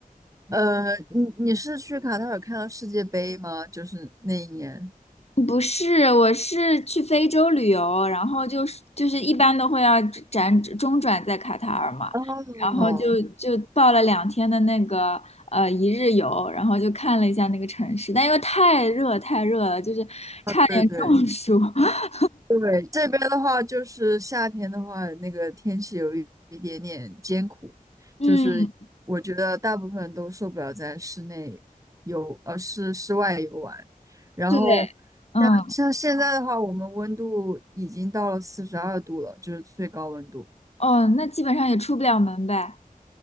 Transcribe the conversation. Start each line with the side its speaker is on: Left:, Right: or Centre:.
Right: 呃，你你是去卡塔尔看到世界杯吗？就是那一年。
Left: 不是，我是去非洲旅游，然后就是就是一般都会要辗中转在卡塔尔嘛，
Right: 哦，
Left: 然后就就报了两天的那个呃一日游，然后就看了一下那个城市，但因为太热太热了，就是差点中暑。
Right: 对对
Left: <laughs>
Right: 对，这边的话就是夏天的话，那个天气有一一点点艰苦，
Left: 嗯，
Right: 就是我觉得大部分人都受不了在室内游，呃，室室外游玩。然后
Left: 对，嗯，
Right: 像现在的话，我们温度已经到了四十二度了，就是最高温度。
Left: 哦，那基本上也出不了门呗。